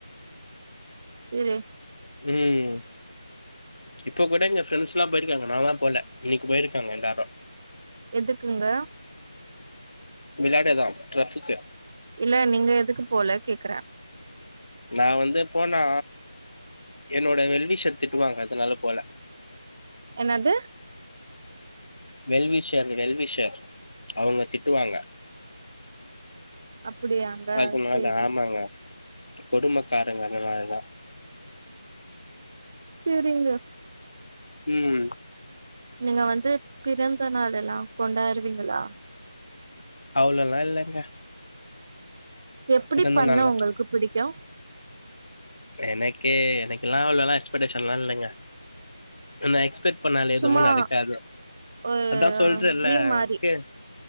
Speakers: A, on the right; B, on the left.
A: சேரி
B: ம் இப்ப கூட எங்க ஃப்ரெண்ட்ஸ்லா போயிருக்காங்க நா தா போல இன்னைக்கு போயிருக்காங்க எல்லாரு
A: எதுக்குங்க
B: விளையாட தா டிரஃப்புக்கு
A: இல்ல நீங்க எதுக்கு போல கேக்குறே
B: நா வந்து போனா என்னோட வெல் விஷர் திட்டுவாங்க அதுனால போல
A: என்னாது
B: வெல்விஷர் வெல்விஷர் அவுங்க திட்டுவாங்க
A: அப்டியாங்க
B: அதுனால
A: சேரி
B: ஆமாங்க கொடும்மக்காரங்க அதுனால தா
A: சேரிங்க
B: ம்
A: நீங்க வந்து பிறந்த நாளெல்லா கொண்டாடுவீங்களா
B: அவ்ளோல்லா இல்லங்க
A: எப்புடி
B: பிறந்த
A: பண்ண
B: நாள்லா
A: உங்களுக்கு பிடிக்கு
B: எனக்கே எனக்கல்லா அவ்ளோல்லா எக்ஸ்படேஷன்ல்லா இல்லைங்க நா எக்ஸ்பெக்ட் பண்ணாலே எதுமே
A: சும்மா
B: நடக்காது
A: ஒரு
B: அதா சொல்றேன்ல்ல
A: ட்ரீம் மாரி
B: கே